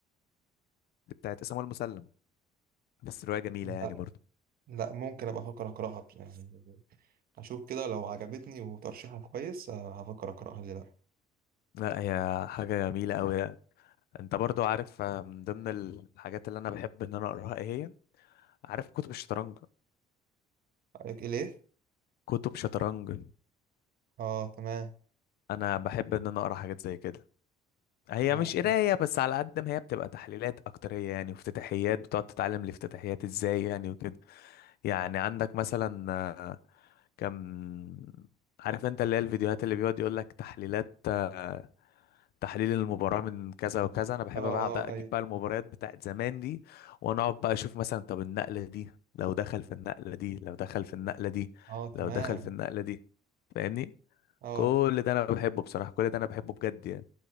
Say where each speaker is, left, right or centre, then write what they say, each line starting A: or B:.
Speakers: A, on the left; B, on the right.
A: بتاعت اسامه المسلم بس روايه جميله
B: لا
A: يعني برضه
B: لا ممكن ابقى افكر اقراها بس- يعني اشوف كده لو عجبتني وترشيحها كويس آه، هفكر اقراها ليه لا
A: لا هي حاجه جميله قوي يعني انت برضو عارف آه، من ضمن الحاجات اللي انا بحب ان انا اقراها ايه هي عارف كتب الشطرنج
B: رأيك ايه ليه
A: كتب شطرنج
B: اه تمام
A: انا بحب ان انا اقرا حاجات زي كده هي
B: لا
A: مش قرايه بس على قد ما هي بتبقى تحليلات اكتريه يعني وافتتاحيات بتقعد تتعلم الافتتاحيات ازاي يعني وكده يعني عندك مثلا آه، كم عارف انت اللي هي الفيديوهات اللي بيقعد يقول لك تحليلات آه، تحليل المباراة من كذا وكذا انا بحب
B: اه
A: بقعد
B: اه
A: اجيب
B: ايوه
A: بقى المباريات بتاعت زمان دي وانا اقعد بقى اشوف مثلا طب النقلة دي لو دخل في النقلة دي لو دخل في النقلة دي
B: اه تمام
A: لو دخل في النقلة دي فاهمني
B: اه
A: كل ده انا بحبه بصراحه كل ده انا بحبه بجد يعني